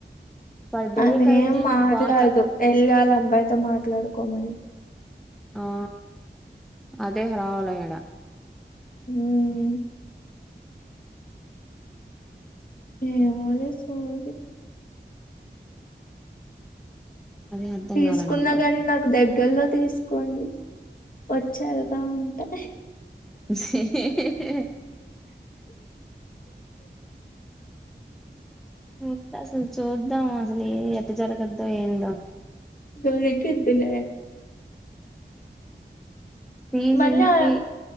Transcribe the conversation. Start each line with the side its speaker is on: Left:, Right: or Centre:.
Centre: పర్ డే
Left: ఆమె
Centre: కయితే
Left: ఏం మాట్లాడదు
Centre: పాత
Left: ఎళ్గాలమ్మ బాయ్తో మాట్లాడుకోమని
Centre: ఆ అదే హ్రావ్లం ఈడ
Left: హ్మ్ ఏమోలె సోది
Centre: అదే అర్థం
Left: తీసుకున్నా
Centre: కాల నాకు కూడా
Left: గాని నాకు దగ్ గల్లో తీసుకోన్ని వచ్చి ఎళ్తా ఉంటె
Centre: ఇస్సి హి హి హీ ఉ అసల్ చూద్దాం అసలు ఏ ఎట్ట జరగద్దో ఏందో
Left: దొరకిద్దిలే
Centre: పీ
Left: మళ్ళీ
Centre: జి ఇంకి
Left: ఆ-